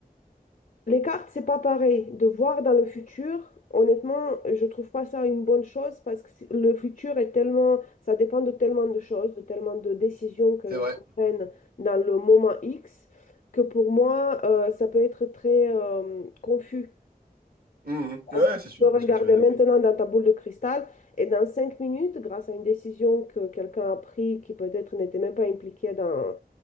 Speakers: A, on the left (about 60°); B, on the right (about 80°).
A: Les cartes, c'est pas pareil. De voir dans le futur, honnêtement, je trouve pas ça une bonne chose parce que c'est- le futur est tellement, ça dépend de tellement de choses, de tellement de décisions que
B: C'est
A: les
B: vrai.
A: gens prennent dans le moment X, que pour moi, euh, ça peut être très euh, confus.
B: Mhm. Ouais,
A: Parce que tu
B: c'est sûr,
A: peux
B: je
A: regarder
B: vois ce que tu veux dire.
A: maintenant dans ta boule de cristal et dans cinq minutes, grâce à une décision que quelqu'un a prise qui peut-être n'était même pas impliqué dans,